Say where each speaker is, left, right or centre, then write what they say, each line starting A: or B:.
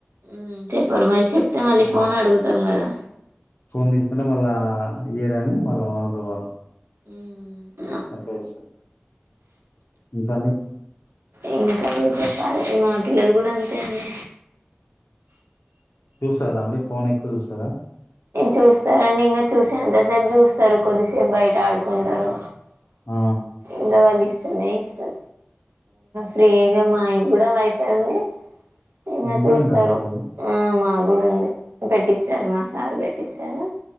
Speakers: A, on the right; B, on the left.
A: మ్మ్ చెప్పరు మరి చెప్తే మళ్ళీ
B: ఉమ్,
A: ఫోన్ అడుగుతాం కదా
B: ఫోన్ తీసుకుంటే మళ్ళా ఇయ్యరని మళ్ళా వాళ్ళతో వాళ్
A: మ్మ్ హ్
B: అట్లే చేస్తారు ఇంకా అండి
A: ఇంకా చెప్పాలి మా పిల్లలు కూడా అంతే అండి
B: చూస్తారా అండి ఫోన్ ఎక్కువ చూస్తారా
A: చూస్తారండి ఇంకా చూసి అంత సేపు చూస్తారు కొద్దిసేపు బయట ఆడుకుంటారు
B: ఆ,
A: ఉండవండి ఇష్టమే ఇష్టం ఫ్రీగా మాకు కూడా వైఫై ఉంది ఇంకా
B: మీకు
A: చూస్తారు
B: కూడా ఉందా వైఫై
A: ఆ మాకు కూడా ఉంది పెట్టించారు మా సార్ పె ట్టించారు